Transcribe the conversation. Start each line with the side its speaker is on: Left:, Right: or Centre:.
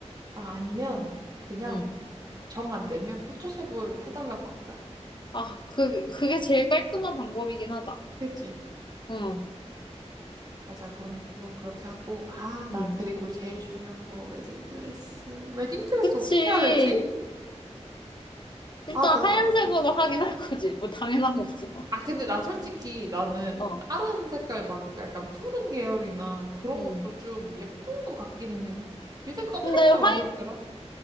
Right: 아, 아니면 그냥
Left: 응.
Right: 정 안 되면 포토샵을 해달라고 할까?
Left: 아, 그, 그게 제일 깔끔한 방법이긴 하다.
Right: 그치?
Left: 응,
Right: 맞아. 그럼 그건 그렇게 하고. 아, 나
Left: 응.
Right: 그리고 제일 중요한 거 웨딩 드레스. 웨딩 드레스
Left: 그치.
Right: 어떻게 해야 되지?
Left: 일단
Right: 아, 나.
Left: 하얀색으로
Right: 어.
Left: 하긴 할 거지. 뭐 당연한 거지만.
Right: 아, 근데 난 솔직히 나는
Left: 어,
Right: 다른 색깔 막 약간 푸른 계열이나 그런
Left: 응.
Right: 것도 좀 예쁜 것 같기는 해. 요새 검은색도
Left: 근데 화
Right: 많이 입더라.